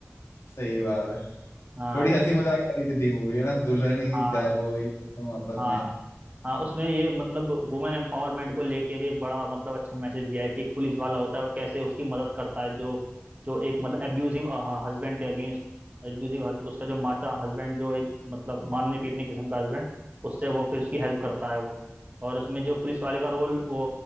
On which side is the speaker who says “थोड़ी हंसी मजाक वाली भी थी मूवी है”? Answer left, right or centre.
Left